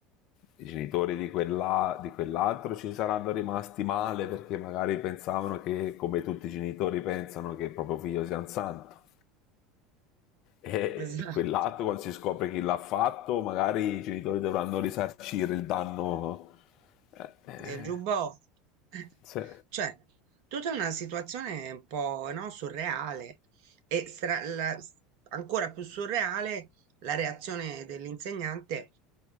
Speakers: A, on the left; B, on the right.
A: i genitori di, quella, di quell'altro ci saranno rimasti male perché magari pensavano che, come tutti i genitori pensano, che il proprio figlio sia un santo. E
B: <laughs> esatto.
A: quell'altro, quando si scopre chi l'ha fatto, magari i genitori dovranno risarcire il danno. Eh, eh,
B: del giubbotto. <laughs> Eh,
A: sì,
B: Cioè, tutta una situazione un po', no, surreale e stra- la- s- ancora più surreale la reazione dell'insegnante